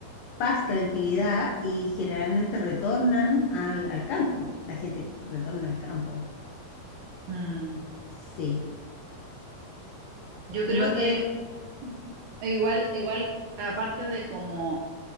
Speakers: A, on the left; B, on the right.
A: paz, tranquilidad y generalmente retornan al, al campo. La gente retorna al campo.
B: Mm.
A: Sí.
B: Yo
A: Y
B: creo
A: cuando
B: que
A: eres,
B: igual, igual, aparte de como